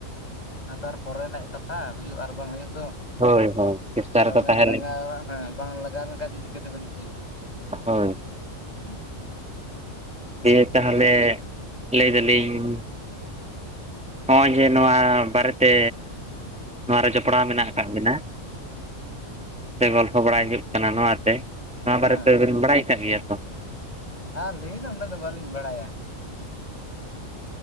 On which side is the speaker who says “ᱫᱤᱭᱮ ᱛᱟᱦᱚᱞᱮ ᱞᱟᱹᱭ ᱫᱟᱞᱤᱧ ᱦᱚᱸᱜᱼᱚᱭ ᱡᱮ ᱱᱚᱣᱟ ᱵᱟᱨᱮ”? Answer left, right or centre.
Centre